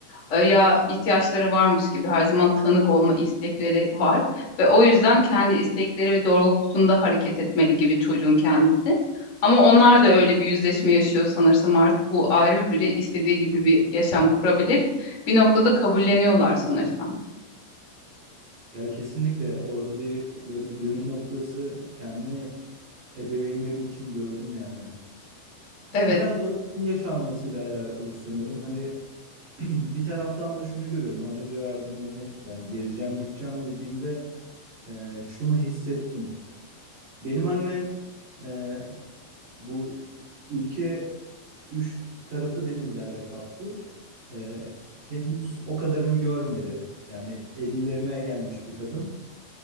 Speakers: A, on the left; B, on the right.
A: e, ya ihtiyaçları varmış gibi her zaman tanık olma istekleri var ve o yüzden kendi istekleri ve doğrultusunda hareket etmeli gibi çocuğun kendisi. Ama onlar da öyle bir yüzleşme yaşıyor sanırsam artık bu ayrı bir birey istediği gibi bir yaşam kurabilir. Bir noktada kabulleniyorlar sanırsam.
B: ya kesinlikle orada bir böyle bir dönüm noktası kendi ebeveynlerim için gördüm yani. Biraz
A: Evet.
B: da onun yaş almasıyla alakalı sanırım. Hani <clears throat> bir taraftan da şunu görüyorum. Az önce verdiğim örnek gibi hani gezeceğim gideceğim dediğimde e, şunu hissettim. Benim annem e, bu ülke Üç tarafı denizlerle kaplı. Ee, henüz o kadarını görmedi. Yani 50'lerine gelmiş bir kadın